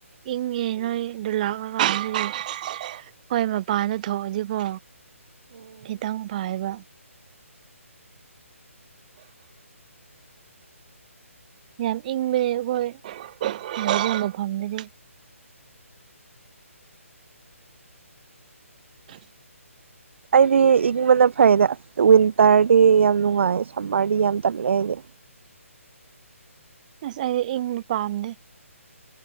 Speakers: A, on the right; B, on the right.
A: ꯏꯪꯉ ꯅꯣꯏ ꯗꯨꯂꯥ <unintelligible> ꯍꯣꯏ ꯃꯄꯥꯟꯗ ꯊꯣꯛꯑꯗꯤꯕꯣ
B: ꯎꯝ
A: ꯈꯤꯇꯪ ꯐꯕ ꯌꯥꯝ ꯏꯪꯕ ꯑꯩꯈꯣꯏꯕꯐꯝꯗꯗꯤ ꯊ
B: ꯑꯩꯗꯤ ꯏꯪꯕꯅ ꯐꯩꯗ ꯑꯁ ꯋꯤꯟꯇꯔꯗꯤ ꯌꯥꯝ ꯅꯨꯡꯉꯥꯏ ꯁꯝꯃꯔꯗꯤ ꯌꯥꯝ ꯇꯜꯂꯛꯑꯦ ꯑꯩꯗꯤ
A: ꯑꯁ ꯑꯩ ꯏꯪꯕ ꯄꯥꯝꯗꯦ